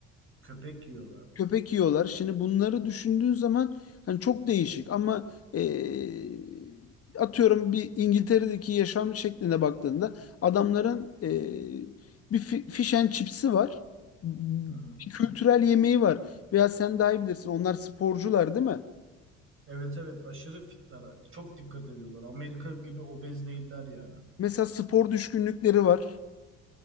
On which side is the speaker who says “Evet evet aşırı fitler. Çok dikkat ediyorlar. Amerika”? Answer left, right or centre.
Right